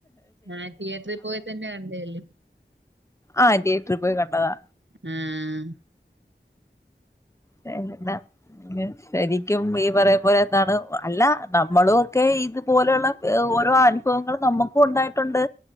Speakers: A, on the right; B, on the left.
A: ആ തിയേറ്ററിൽ പോയി തന്നെ കണ്ടതല്ലേ
B: ആഹ് തിയ്യറ്ററിൽ പോയി കണ്ടതാ
A: ആഹ്
B: വേറെഎന്താ ന്നെ ശരിക്കും ഈ പറയും പോലെ എന്താണ് അല്ല നമ്മളും ഒക്കെ ഇതുപോലെയുള്ള ഓരോ അനുഭവങ്ങള് നമ്മുക്കും ഉണ്ടായിട്ടുണ്ട്